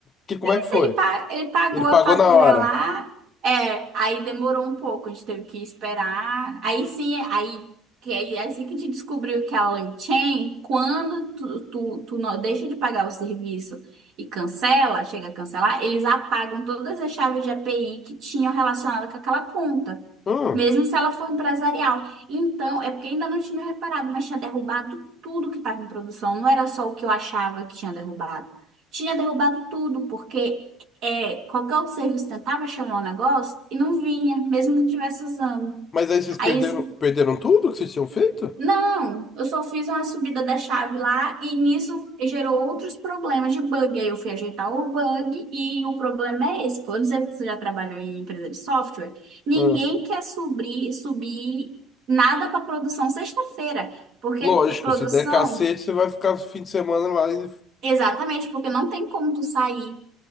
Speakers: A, on the left (about 20°); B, on the right (about 50°).
A: Que, como
B: Mas
A: é que foi?
B: ele, pa- ele pagou
A: Ele
B: a
A: pagou
B: fatura
A: na hora.
B: lá. É, aí demorou um pouco, a gente teve que esperar. Aí sim, aí que aí é assim que a gente descobriu que a Lanchain, quando tu, tu, tu não deixa de pagar o serviço e cancela, chega a cancelar, eles apagam todas as chaves de API que tinham relacionado com aquela conta.
A: Hum,
B: Mesmo se ela for empresarial. Então, é porque ainda não tinha reparado, mas tinha derrubado tudo que estava em produção. Não era só o que eu achava que tinha derrubado. Tinha derrubado tudo, porque é, qualquer outro serviço tentava chamar o negócio e não vinha, mesmo que estivesse usando.
A: mas aí vocês
B: Aí,
A: perderam,
B: esse
A: perderam tudo que vocês tinham feito?
B: não, eu só fiz uma subida da chave lá e nisso gerou outros problemas de bug. Aí eu fui ajeitar o bug e o problema é esse. Pô, eu não sei se você já trabalhou em empresa de software. Ninguém
A: Hum,
B: quer subir, subir nada para produção sexta-feira, porque
A: lógico,
B: produção,
A: se der cacete, você vai ficar o fim de semana lá. e-
B: exatamente, porque não tem como tu sair